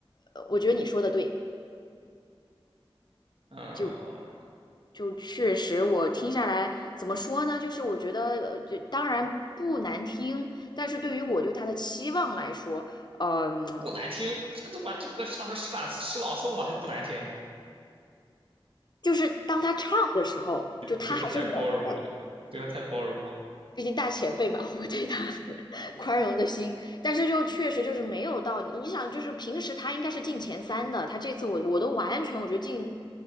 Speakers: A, on the left; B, on the right.
A: 呃我觉得你说的对，
B: 嗯，
A: 就就确实我听下来怎么说呢？就是我觉得呃，就当然不难听，但是对于我对他的期望来说，嗯、
B: 不难听，他都把这歌唱成诗朗诗朗诵了，还不难听，
A: 就是当他唱的时候，就他还是稳的。
B: 对他太包容了，对他太包容了。
A: 毕竟大前辈嘛，<laughs> 我对他 <laughs> 宽容的心，但是就确实就是没有到你，你想就是平时他应该是进前三的，他这次我我都完全我觉得进